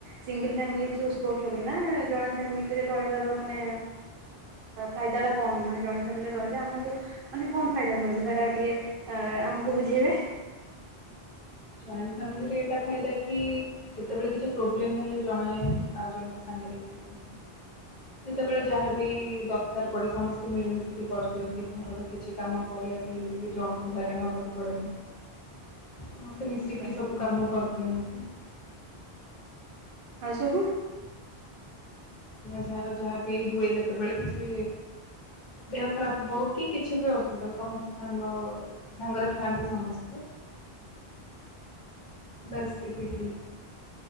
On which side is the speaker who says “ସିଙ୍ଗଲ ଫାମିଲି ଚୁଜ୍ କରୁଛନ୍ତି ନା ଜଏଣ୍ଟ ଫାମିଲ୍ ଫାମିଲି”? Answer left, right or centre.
Right